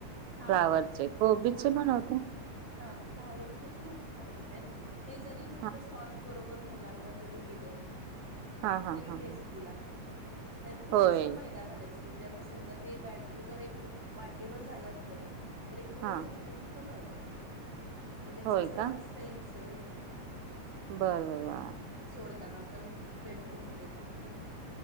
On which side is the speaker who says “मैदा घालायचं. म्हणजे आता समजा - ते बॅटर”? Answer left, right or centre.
Right